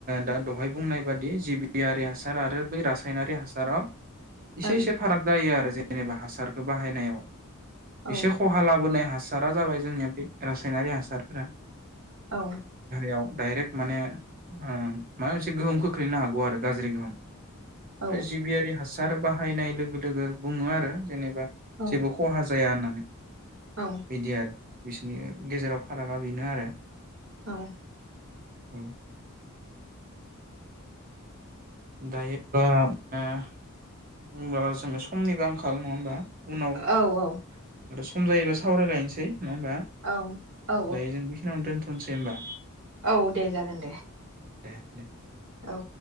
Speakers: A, on the right (about 40°); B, on the right (about 70°).
A: दा दहाय बुंनाय बादि जिबियारि हासार आरो बै रासायनारि हासाराव इसे
B: ओं
A: एसे फाराग जायो आरो जेनेबा हासा हासारखौ बाहायनायाव ।
B: औ
A: एसे खहा लाबोनाय हा हासारा जाबाय जोंनिया बे रासायनारि हासारफोरा ।
B: औ ।
A: डायरेक्ट माने माबा मोनसे गोहोम खोख्लैनो हागौ आरो गाज्रि गोहोम
B: औ
A: । जिबियारि हासार बा बाहायनाय लोगो लोगो बुङो आरो जेनेबा
B: औ
A: जेबो खहा जाया होनना । <inaudible>
B: औ
A: बिदि आरो । बिसोरनि गेजेराव फारागा बेनो आरो ।
B: <inaudible>
A: औ । दायो होनबा जोङो समनिबो आंखाल नङा होमबा? उनाव
B: औ औ।
A: सम जायोबा सावरायलायनोसै नङा होमबा
B: औ औ
A: दायो जों बेखिनियावनो दोन थनोसै होनोमबा।
B: औ दे जागोन दे।
A: दे।
B: औ।